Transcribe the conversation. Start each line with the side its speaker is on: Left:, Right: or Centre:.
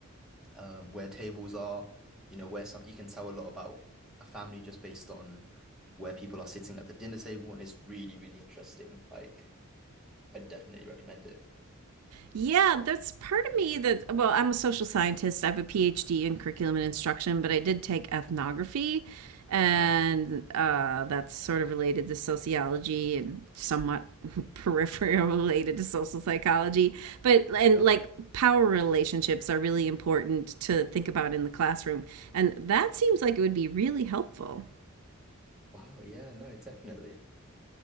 Centre: um, where tables are, you know, where some you can tell a lot about a family just based on where people are sitting at the dinner table, and it's really, really interesting. Like, I definitely recommend it.
Right: Yeah, that's part of me that, well, I'm a social scientist. I have a PhD in curriculum and instruction, but I did take ethnography, and
Centre: Yeah,
Right: uh, that's sort of related to sociology and somewhat <laughs> peripheral related to social psychology. But, and
Centre: yeah.
Right: like power relationships are really important to think about in the classroom. And that seems like it would be really helpful.
Centre: Wow, yeah, no, definitely.